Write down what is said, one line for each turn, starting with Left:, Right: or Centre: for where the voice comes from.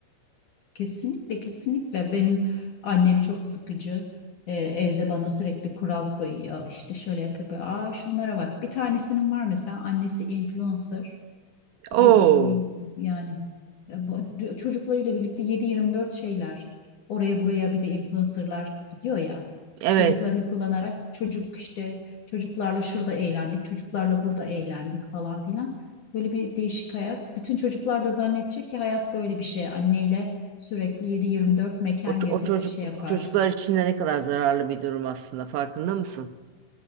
Left: Kesinlikle kesinlikle benim annem çok sıkıcı. Ee, evde bana sürekli kural koyuyor. İşte şöyle yapıyor. Böyle. Aa şunlara bak. Bir tanesinin var mesela annesi influencer.
Right: Oo,
Left: Ay, yani e, bu- d- çocuklarıyla birlikte 7-24 şeyler oraya buraya bir de influencerlar gidiyor ya
Right: evet.
Left: çocuklarını kullanarak çocuk işte çocuklarla şurada eğlendik çocuklarla burada eğlendik falan filan böyle bir değişik hayat bütün çocuklar da zannedecek ki hayat böyle bir şey anneyle sürekli yedi yirmi dört mekan
Right: O, ç-
Left: gezip
Right: o çocuk
Left: şey yapar
Right: o çocuklar için de ne kadar zararlı bir durum aslında farkında mısın?